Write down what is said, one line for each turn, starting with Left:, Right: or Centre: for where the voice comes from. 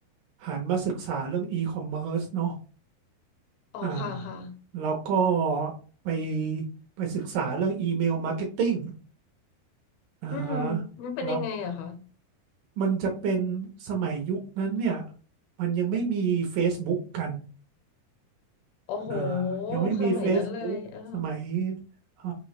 Right: หันมาศึกษาเรื่อง e-commerce เนาะ
Left: อ๋อค่ะค่ะ
Right: อ่าแล้วก็ไปไปศึกษาเรื่อง email marketing อ่าฮะ
Left: อืมมันเป็นยังไงอะคะ
Right: แล้วมันจะเป็นสมัยยุคนั้นเนี่ยมันยังไม่มี Facebook กัน
Left: โอ้โห
Right: อ่ายังไม่มี
Left: สมัยนั้นเลยเออ
Right: Facebook สมัยอ่า